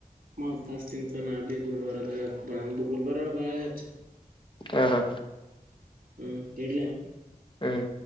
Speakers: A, on the right; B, on the left.
A: ಮತ್ಸ್ ಹಚ್ಚಿತೀನಿ ನಾ ಬಿೀ ಗುಲ್ಬರ್ಗ ಭೂಗುಲ್ಬಾರಡ ಬಾಯಗ್ ಹಚ್ <inaudible>
B: ಹ ಹಾ
A: ಹ್ಮ್ ಇಡಲೇ
B: ಹ್ಮ್